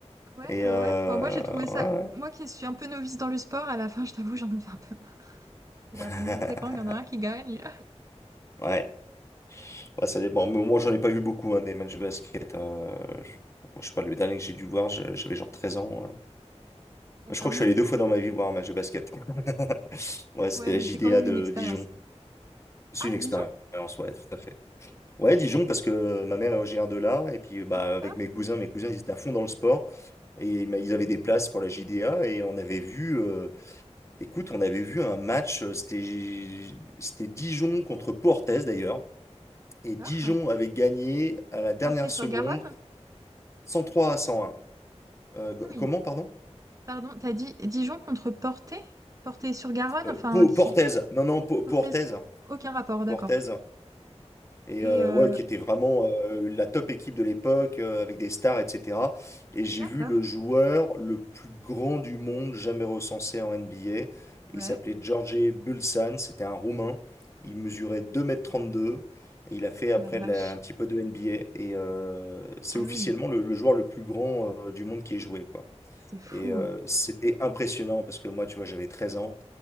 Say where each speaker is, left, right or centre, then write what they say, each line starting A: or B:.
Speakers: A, on the right; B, on the left.
A: Ouais,
B: Et
A: ouais,
B: euh,
A: ouais. Enfin, moi, j'ai trouvé ça.
B: ouais. ouais.
A: Moi qui suis un peu novice dans le sport, à la fin, je t'avoue, j'en avais un peu marre. C'est
B: <laughs>
A: là, bon, c'est quand qu'il y en a un qui gagne?
B: Ouais. Bah, ça dépend. Mais moi, j'en ai pas vu beaucoup, hein, des matchs de basket. euh, je... moi, je sais pas, le dernier que j'ai dû voir, je- j'avais genre 13 ans. euh.
A: <laughs> Et
B: Je
A: ça
B: crois
A: remonte.
B: que je suis allé deux fois dans ma vie voir un match de basket. <laughs> Ouais, c'était
A: Ouais,
B: la
A: mais
B: JDA
A: c'est quand même
B: de
A: une expérience.
B: Dijon. C'est
A: Ah,
B: une expérience,
A: Dijon?
B: ouais, tout à fait. Ouais, Dijon,
A: Ok,
B: parce que ma mère est originaire de là, et puis bah,
A: d'accord.
B: avec mes cousins, mes cousins, ils étaient à fond dans le sport, et ils m'a- ils avaient des places pour la JDA, et on avait vu, euh, écoute, on avait vu un match, euh, c'était c'était Dijon contre Portes d'ailleurs, et Dijon
A: D'accord.
B: avait gagné à la dernière
A: Porté
B: seconde.
A: sur Garonne?
B: 103 à 101. Euh, g-
A: Ah oui.
B: comment, pardon?
A: Pardon, t'as dit Dijon contre Portet? Portet-sur-Garonne,
B: Euh,
A: enfin
B: Po-
A: qui...
B: Portez. Non, non, Po- Portez.
A: Portaise? Aucun rapport, d'accord.
B: Portez. Et
A: Et
B: euh,
A: euh,
B: ouais, qui était vraiment euh, la top équipe de l'époque, euh, avec des stars, etc. Et j'ai
A: d'accord.
B: vu le joueur le plus grand du monde jamais recensé en NBA.
A: Ouais,
B: Il s'appelait George Bulsan, c'était un Roumain. Il mesurait 2m32. Et il a fait après
A: la vache.
B: de la- un petit peu de NBA. Et euh, c'est
A: Ah
B: officiellement
A: oui,
B: le, le joueur le plus grand euh, du monde qui ait joué, quoi.
A: c'est fou.
B: Et euh, c'était impressionnant parce que moi, tu vois, j'avais 13 ans